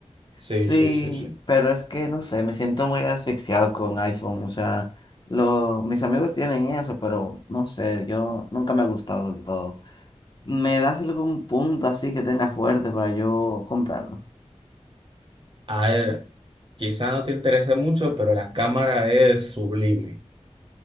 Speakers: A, on the right (about 45°); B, on the left (about 40°).
A: Sí,
B: Sí,
A: sí, sí, sí.
B: pero es que no sé, me siento muy asfixiado con iPhone, o sea, lo, mis amigos tienen eso, pero no sé, yo nunca me ha gustado del todo. ¿Me das algún punto así que tengas fuerte para yo comprarlo?
A: A ver, quizá no te interese mucho, pero la cámara es sublime.